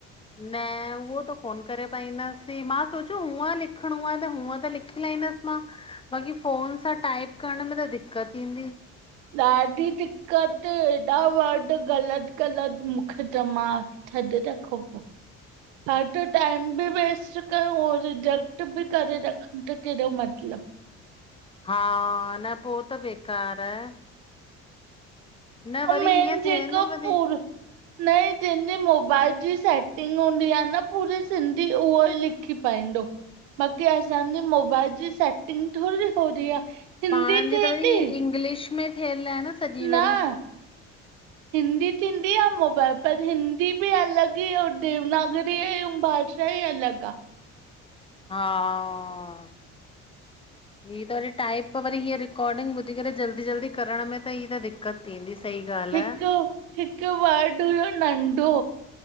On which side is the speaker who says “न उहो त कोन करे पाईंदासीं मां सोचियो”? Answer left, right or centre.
Left